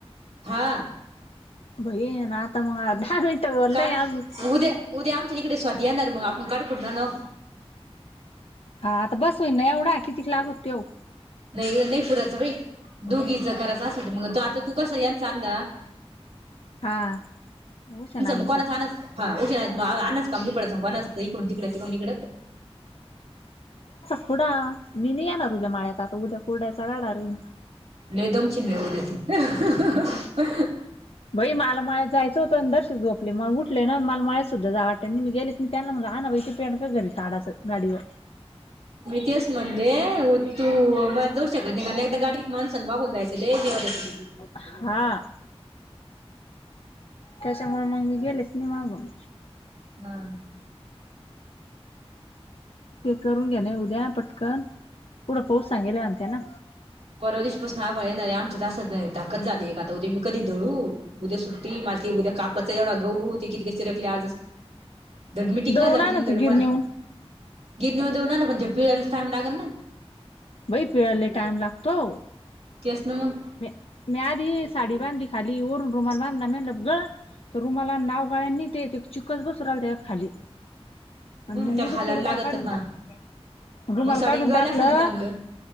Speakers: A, on the right (about 80°); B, on the left (about 65°).
A: हा!
B: बये ना आता मग! बोललंय
A: काट
B: आज
A: उद्या, उद्या आमच्या इकडे स्वाती येणार मग आपण काठकुड ना.
B: हा आता बस होईना एवढा किती लागला त्यो.
A: नाही, नाही पुरायचं बा दोघीच करायचं असलं त मग आता तू कसं याचं आणलं.
B: हा उषा नानीचा
A: मुखणा छान. <unintelligible> हा उ आज कमली पडत सांगू इकड तिकडडे त इकड. <unintelligible>
B: खुडा मी नाही येणार उद्या माळ्यात आता उद्या कुरुड्याचा राडा लई.
A: लई दामशील ना तु!
B: बाई माला माळ्यात जायचं होत तशीच झोपले मग उठले ना माल माळ्या सुद्धा जा वाट ना मी गेले. मी त्यांला म्हगलं आ ना बहि पे कारी काडाच, गाडीवर.
A: तेच म्हणते मग तु जोश्याकड निघालेय. ता गाडीत माणसं मागून जायच ते निघाले असतील.
B: हा त्याच्यामुळे मग मी गेलेच नि मागून.
A: हा.
B: ते करून घ्या ना उद्या पटकन पुढं पाऊस सांगेला म्हत्या ना.
A: परवादिवशी पासून आभाळ येणारे आमच्यात नाही धाकत झाली का आता उद्या मी कधी धळू. उद्या सुट्टी माझी उद्या कापचा जेवढा गहू ते किती काही चिरकले आजच धड मिटिंग
B: दळून
A: ना झाली
B: आणायचं
A: नि धड
B: गिरणीहून
A: म घेतण्या ऊणार पण ते फीरायला टाइम लागल ना.
B: बाई फिरायला लय टाइम लागतो..
A: तेच ना मग.
B: म मी आधी साडी बांधली खाली वरून रुमाल बांधला म लागलं. रुमाला नाव गाळ नाही ते चिकस बसू राहिला त्या खाली आणि मग
A: त्याला
B: उगच
A: हालायला
B: रुमाल
A: लागत
B: काढून
A: हा
B: टाक रुमाल
A: मग साडी
B: काढून
A: गळलं
B: टाकलं.
A: असेल ना चांगलं